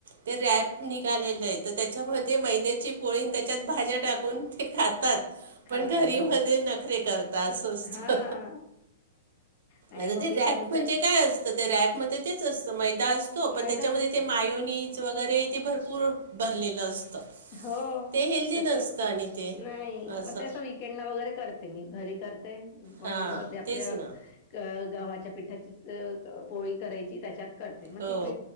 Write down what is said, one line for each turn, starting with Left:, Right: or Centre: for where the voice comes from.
Right: ते रॅप निघालेलं आहे तर त्याच्यामध्ये मैद्याची पोळीन त्याच्यात भाज्या टाकून ते खातात
Left: खातात
Right: पण घरी
Left: हो
Right: मध्ये नखरे करता अस असतं
Left: हा. नाही
Right: आता
Left: मग
Right: ते
Left: मी
Right: रॅप
Left: तर मी
Right: म्हणजे
Left: तर
Right: काय? तर ते रॅपमध्ये तेच असतं मैदा असतो पण
Left: मैदाच
Right: त्याच्यामध्ये
Left: असतो
Right: ते मायोनी वगैरे ते भरपूर भरलेलं असतं
Left: हो
Right: ते हेल्दी
Left: तसच
Right: नसतं आणि ते
Left: नाही
Right: असं
Left: मग तें वीकेंड ला वगैरे करते मी घरी करते पण
Right: हां
Left: मग ते आपल्या
Right: तेच ना
Left: अ गव्हाच्या पिठाचीचं पोळी करायची त्याच्यात करते मग
Right: हो
Left: ती प